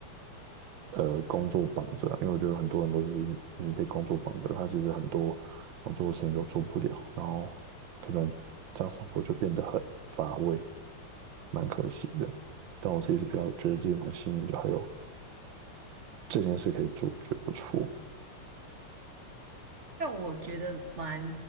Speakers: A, on the right (about 65°); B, on the right (about 35°).
A: 呃工作绑着啊因为我觉得很多人都是已经已经被工作绑着，他其实很多想做的事情都做不了，然后可能这样生活就变得很乏味，蛮可惜的。但我自己是比较觉得自己蛮幸运的，还有这件事可以做，觉得不错。
B: 但我觉得蛮